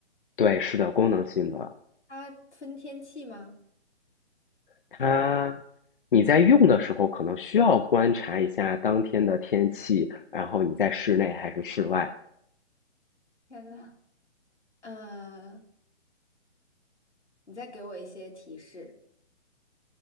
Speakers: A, on the left; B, on the left.
A: 对，是的，功能性的。
B: 它分天气吗？
A: 它，你在用的时候可能需要观察一下当天的天气，然后你在室内还是室外。
B: 天呐，呃，你再给我一些提示，